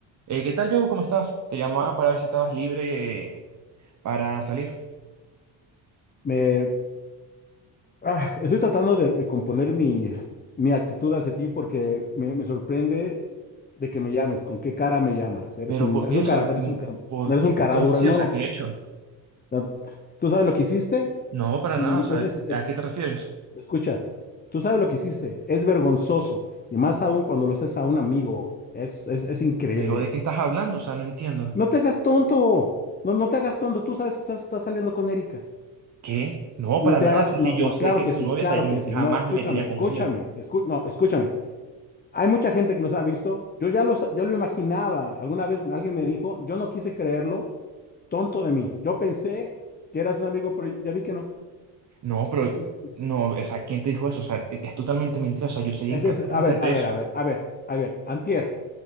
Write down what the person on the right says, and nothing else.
Eh, ¿qué tal, Joe? ¿Cómo estás? Te llamaba para ver si estabas libre eh, para salir.
Pero
¿por
qué?
O
sea, ¿qué-
¿por
qué
todo
así?
O sea,
¿qué he hecho?
No, para
nada. O sea,
¿a qué te refieres?
¿Pero de qué estás hablando? O sea, no entiendo.
¿Qué? No,
para
nada.
O sea, si
yo
sé
que es
tu
novia,
o sea, yo
jamás
me metería
con ella.
No, pero
no, o sea, ¿quién te dijo eso? O sea, es es totalmente mentira. O sea, yo sería
incapaz
de
hacerte
eso.